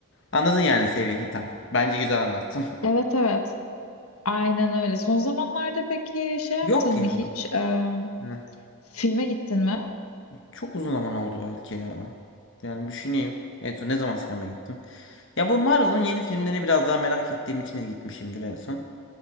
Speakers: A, on the left (about 55°); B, on the left (about 75°).
A: Anladın yani seviyeyi tam. Bence güzel anlattım.
B: Evet evet. Aynen öyle. Son zamanlarda peki şey yaptın
A: <laughs> Yok ya.
B: mı hiç? Eee,
A: Heh.
B: filme gittin mi?
A: Çok uzun zaman oldu belki ya. Yani düşüneyim. En son ne zaman sinemaya gittim? Ya bu Marvel'ın yeni filmlerini biraz daha merak ettiğim için gitmişimdir en son.